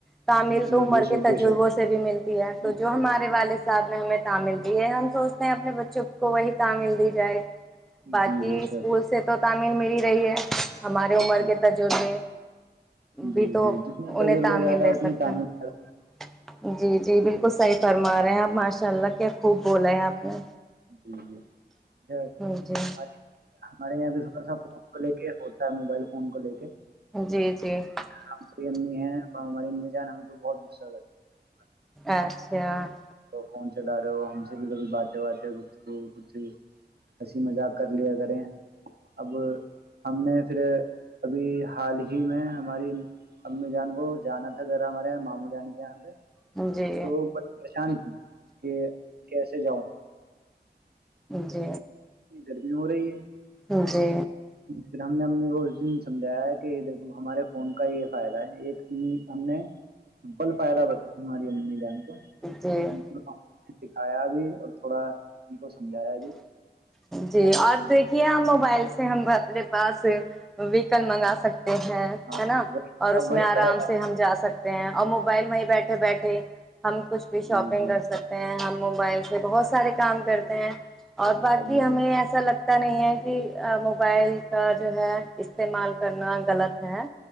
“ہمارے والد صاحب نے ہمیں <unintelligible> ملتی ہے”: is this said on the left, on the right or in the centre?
Centre